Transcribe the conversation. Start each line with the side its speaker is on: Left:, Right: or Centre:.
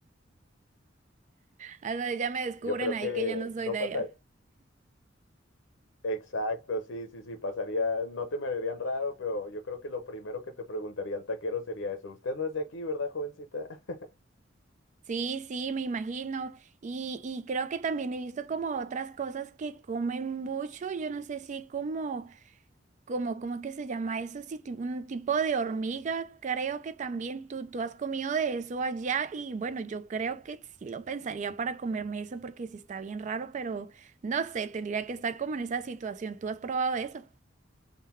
Right: Ah, no, ya me descubren
Left: Yo creo
Right: ahí
Left: que
Right: que ya no soy
Left: no
Right: de allá.
Left: pasaría. Exacto, sí, sí, sí, pasaría, no te mirarían raro, pero yo creo que lo primero que te preguntaría el taquero sería eso. ¿Usted no es de aquí, verdad, jovencita? <laughs>
Right: Sí, sí, me imagino. Y, y creo que también he visto como otras cosas que comen mucho. Yo no sé si como, como, ¿cómo es que se llama eso? Sí, ti- un tipo de hormiga. Creo que también tú, tú has comido de eso allá. Y bueno, yo creo que sí lo pensaría para comerme eso porque sí está bien raro, pero no sé, tendría que estar como en esa situación. ¿Tú has probado eso?